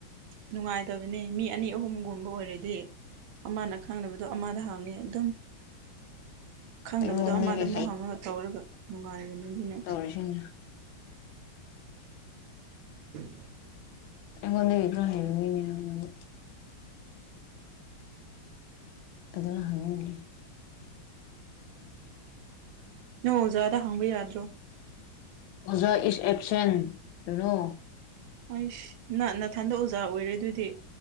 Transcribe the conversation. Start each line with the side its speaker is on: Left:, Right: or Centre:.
Right: ꯅꯨꯡꯉꯥꯏꯇꯕꯅꯤ ꯃꯤ ꯑꯅꯤ ꯑꯍꯨꯝꯒꯨꯝꯕ ꯑꯣꯏꯔꯗꯤ ꯑꯃꯅ ꯈꯪꯅꯕꯗꯣ ꯑꯃꯗ ꯍꯥꯡꯉꯦ ꯑꯗꯨꯝ ꯈꯪꯗꯕꯗꯣ
Left: ꯑꯩꯉꯣꯟꯗꯒꯤ
Right: ꯑꯃꯗ ꯑꯃꯨꯛ ꯍꯥꯡꯉꯒ ꯇꯧꯔꯒ ꯅꯨꯡꯉꯥꯏꯕꯅꯤ ꯑꯗꯨꯅ
Left: ꯑꯣꯏꯅ
Right: <inaudible>
Left: ꯑꯩꯉꯣꯟꯗꯕꯤꯒ꯭ꯔꯣ ꯍꯥꯏ ꯃꯤꯅꯦꯗꯤ ꯑꯗꯨꯅ ꯍꯪꯅꯤꯡꯗ꯭ꯔꯦ
Right: ꯅꯪ ꯑꯣꯖꯥꯗ ꯍꯪꯕ ꯌꯥꯗ꯭ꯔꯣ
Left: ꯑꯣꯖꯥ ꯏꯁ ꯑꯦꯛꯁꯟ ꯀꯅꯣ
Right: ꯑꯩꯁ ꯅ ꯅꯊꯟꯗ ꯑꯣꯖꯥ ꯑꯣꯏꯔꯦ ꯑꯗꯨꯗꯤ